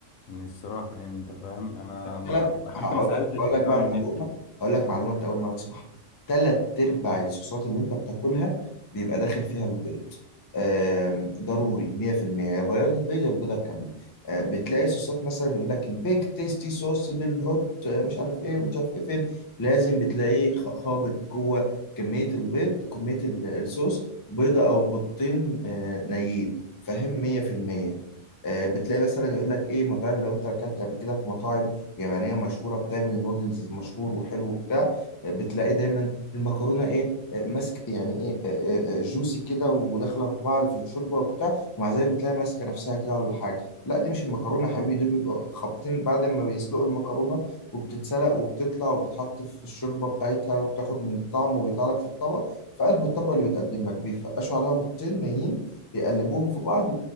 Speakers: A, on the left; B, on the left.
A: يعني الصراحه يعني انت فاهم انا ما-
B: ثلاث
A: حتى
B: هقول
A: ما سالتش
B: لك هقول
A: هي
B: لك
A: بتتعمل
B: بقى
A: من
B: معلومه
A: ايه
B: هقول لك معلومه انت اول مره تسمعها ثلاث ارباع الصوصات اللي انت بتاكلها بيبقى داخل فيها البيض آم، ضروري 100% يا بياض البيض يا البيضه كامله آه، بتلاقي صوصات مثلا يقول لك البيج تيستي صوص بالهوت آه، مش عارف ايه مش عارف ايه فين لازم بتلاقيه خ- خابط جوه كميه البيض كميه ال- الصوص بيضه او بيضتين آه، نيين فاهم 100% آه، بتلاقي مثلا يقول لك ايه مطاعم لو انت اكلت قبل كده في مطاعم يابانية مشهورة بتعمل نودلز مشهور وحلو بتاع بتلاقي دايما المكرونة ايه آه، ماسك يعني ايه آه، آه، آه، جوسي كده وداخلة في بعض في الشوربة وبتاع ومع ذلك بتلاقي ماسكة نفسها كده ولا حاجة لا دي مش المكرونة يا حبيبي دول بيبقوا خابطين بعد ما بيسلقوا المكرونة وبتتسلق وبتطلع وبتتحط في الشوربة بتاعتها وبتاخد من الطعم وبيطلع لك في الطبق في قلب الطبق اللي بيتقدم لك بيفقشوا عليها بيضتين نيين يقلبوهم في بعض